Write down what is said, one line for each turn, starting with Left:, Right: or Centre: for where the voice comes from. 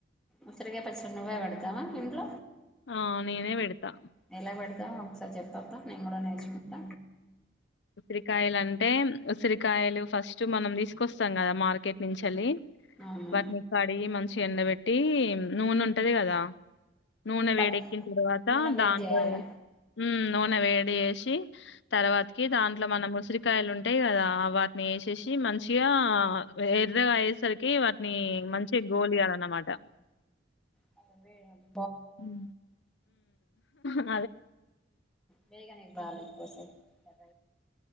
Centre: ఉస్రిగాయ పచ్చడ నువ్వే వెడతవా ఇంట్లో
Left: ఆ నేనే వెడతా
Centre: ఎలా వెడతావ్ ఒకసారి జెప్ పాప నేంగూడా నేర్చుగుంట్న
Left: ఉసిరికాయలు అంటే ఉసిరికాయలు ఫస్ట్ మనం దీసుకొస్తాం గదా మార్కెట్ నుంచెలి.
Centre: అవును
Left: వాటిని కడిగి మం చి ఎండబెట్టి నూనుంటది గదా నూనె
Centre: పచ్చి
Left: వేడెక్కిన తర్వాత
Centre: నూనె వేడి
Left: దాంట్లో
Centre: చేయాలి
Left: ఊమ్ నూనె వే డియేషి తర్వా కి దాంట్లో మనం ముసిరి కాయలు ఉంటయి కదా వాటిని ఏశేషి సి మంచిగా ఎర్రగ అయ్యేసరికి వాటిని మంచి గోలియలన్నమాట
Centre: అదే
Left: ఊమ్ అహ హ
Centre: బేగనేగి వాలెట్ కోసం పద